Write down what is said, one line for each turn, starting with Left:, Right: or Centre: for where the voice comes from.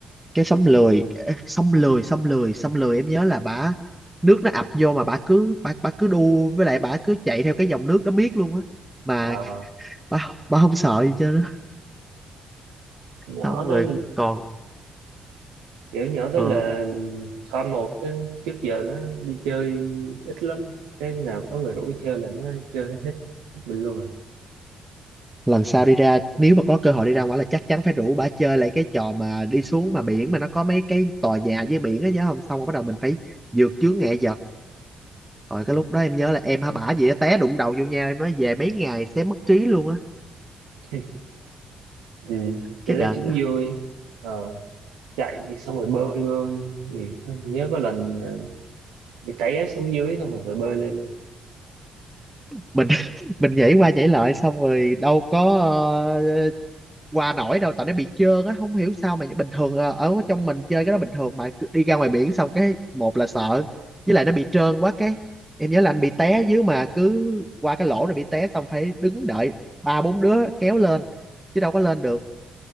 Centre: cái sông lười sông lười sông lười sông lười em nhớ là bả nước nó ập vô mà bả cứ bả bả cứ đu với lại bả cứ chạy theo cái dòng nước đó miết luôn á mà
Right: ờ,
Centre: bả bả không sợ gì chứ
Right: nhỏ
Centre: xong
Right: đó
Centre: rồi còn
Right: kiểu nhỏ đó
Centre: ờ
Right: là con một á, trước giờ nó đi chơi ít lắm cái nào có người rủ đi chơi là nó chơi hết hết mình luôn à
Centre: lần sau đi ra nếu mà có cơ hội đi ra ngoài là chắc chắn phải rủ bà chơi lại cái trò mà đi xuống mà biển mà nó có mấy cái tòa nhà với biển á nhớ không xong rồi bắt đầu mình phải vượt chướng ngại vật rồi cái lúc đó em nhớ là em hả bả gì á té đụng đầu vô nhau em nói về mấy ngày sẽ mất trí luôn á
Right: <laughs> Ừ. chơi
Centre: cái đợt
Right: đó chúng
Centre: đó.
Right: vui ờ, chạy xong rồi bơi bơi thì nhớ có lần ờ, bị té xuống dưới xong rồi phải bơi lên luôn
Centre: mình <laughs> mình nhảy qua nhảy lại xong rồi đâu có qua nổi đâu tại nó bị trơn á không hiểu sao mà bình thường ờ, ở trong mình chơi cái đó bình thường mà cứ đi ra ngoài biển xong cái một là sợ với lại nó bị trơn quá cái em nhớ là anh bị té dưới mà cứ qua cái lỗ rồi bị té xong phải đứng đợi ba bốn đứa kéo lên chứ đâu có lên được